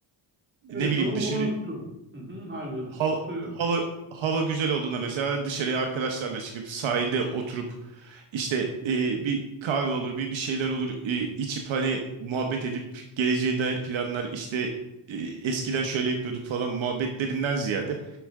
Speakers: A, on the right (about 25°); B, on the right (about 65°).
A: Evet
B: Ne bileyim
A: onu
B: dışarı
A: unuttum. Hı-hı, aynen.
B: hava,
A: Katılıyorum.
B: hava, hava güzel olduğunda mesela dışarıya arkadaşlarla çıkıp sahilde oturup işte e, bir kahve olur bir bir şeyler olur e, içip hani muhabbet edip geleceğe dair planlar işte e, eskiden şöyle yapıyorduk falan muhabbetlerinden ziyade